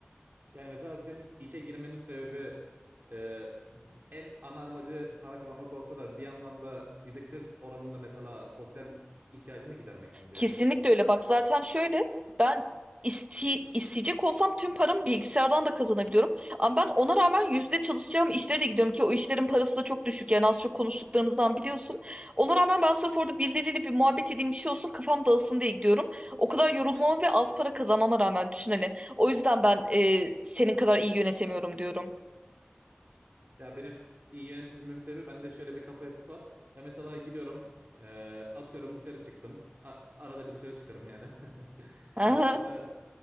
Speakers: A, on the right; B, on the right.
A: Yani mesela senin işe girmenin sebebi e, en ana amacı para kazanmak olsa da bir yandan da %40 oranında mesela sosyal ihtiyacını gidermek miydi
B: Kesinlikle
A: yani?
B: öyle. Bak zaten şöyle ben iste- isteyecek olsam tüm paramı bilgisayardan da kazanabiliyorum. Ama ben ona rağmen yüzde çalışacağım işlere de gidiyorum ki o işlerin parası da çok düşük. Yani az çok konuştuklarımızdan biliyorsun. Ona rağmen ben sırf orada birileriyle bir muhabbet edeyim bir şey olsun kafam dağılsın diye gidiyorum. O kadar yorulmama ve az para kazanmama rağmen düşün hani. O yüzden ben e, senin kadar iyi yönetemiyorum diyorum.
A: Ya benim iyi yönetebilmemin sebebi bende şöyle bir kafa yapısı var. Ben mesela gidiyorum e, atıyorum dışarı çıktım. A- arada bir dışarı çıkarım yani. <laughs> E,
B: Aha,
A: sonra